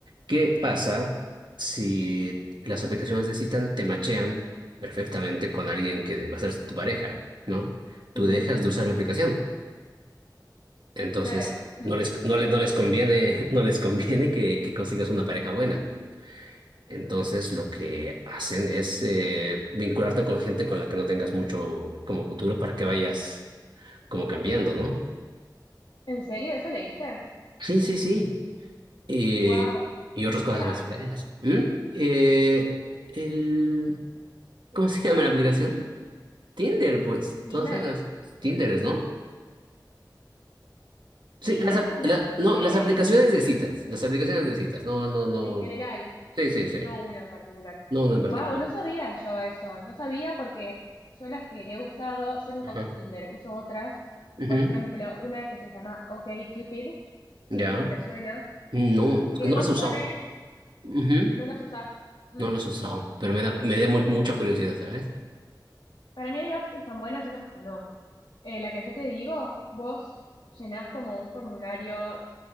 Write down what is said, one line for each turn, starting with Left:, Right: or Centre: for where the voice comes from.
Right: ¿Qué pasa si las aplicaciones de citas te machean perfectamente con alguien que va a ser tu pareja, ¿no? Tú
Left: Mm,
Right: dejas de usar la aplicación. Entonces,
Left: claro,
Right: no les, no le- no les conviene, <laughs> no les conviene que, que consigas una pareja buena. Entonces, lo que hacen es eh, vincularte con gente con la que no tengas mucho como futuro para que vayas como cambiando, ¿no?
Left: ¿en serio? ¿Eso leíste?
Right: Sí, sí, sí. Y,
Left: Wow,
Right: y otras cosas
Left: ¿qué app?
Right: más feas. ¿Mm? Eh, el, ¿cómo se <laughs> llama la aplicación? Tinder, pues,
Left: Tinder.
Right: todas esas. Tinderes, ¿no? Sí,
Left: Tinder
Right: las,
Left: es
Right: ap-
Left: una,
Right: la- no,
Left: eh,
Right: las aplicaciones de citas. Las aplicaciones de citas. No, no, no.
Left: en general.
Right: Sí, sí, sí.
Left: No una en particular.
Right: No, no en particular.
Left: Wow, no sabía yo eso, no sabía porque yo las que he usado, yo nunca
Right: Ajá.
Left: usé Tinder, uso otras.
Right: Ujú.
Left: Por ejemplo, una que se llama OkCupid,
Right: Ya.
Left: no sé si te suena,
Right: No, es
Left: que
Right: que no
Left: vos
Right: las he usado.
Left: pones,
Right: Ujú.
Left: no las usás. Mm.
Right: No las he usado, pero me da, me da mu- mucha curiosidad, ¿sabes?
Left: Para mí hay apps que están buenas y otras que no. Eh, la que yo te digo, vos llenás como un formulario